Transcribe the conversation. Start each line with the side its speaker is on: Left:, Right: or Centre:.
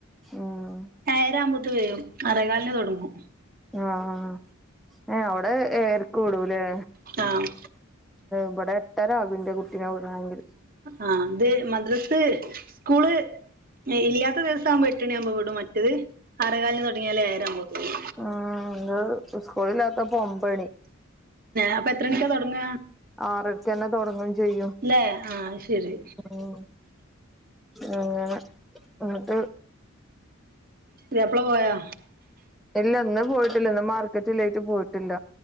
Centre: ഉം
Right: ഏയര ആവുമ്പോത്തന് വരും ആറെ കാലന് തുടങ്ങും
Centre: ആഹ് ആഹ് എ അവിടെ ഏയരക്ക് വിടുലെ
Right: ആഹ്
Centre: ഇവിടെ എട്ടാര ആവും ന്റെ കുട്ടിനെ വിടണെങ്കിൽ
Right: ആഹ് അത് മദ്രസ് സ്കൂള് ഇല്ലാത്ത ദിവസ ആവുമ്പ എട്ടെണിആവുമ്പോ വിടും മറ്റത് ആറെകാലിന് തുടങ്ങിയാല്ല് ഏയരകുമ്പോത്തിനും
Centre: ആഹ് ങ്ങള് സ്കൂളിലാത്തപ്പോ ഒമ്പണി
Right: അപ്പൊ എത്ര മണിക്കാ തുടങ്ങ
Centre: ആറരക്കെ തന്നെ തുടങ്ങും ചെയ്യും
Right: ല്ലേ ആഹ് ശരി
Centre: ഉം അങ്ങനെ എന്നിട്ട്
Right: പുതിയപ്പളാ പോയോ
Centre: ഇല്ല ഇന്ന് പോയിട്ടില്ല ഇന്ന് മാർക്കറ്റ് ഇില്ലായിട്ട് പോയിട്ടില്ല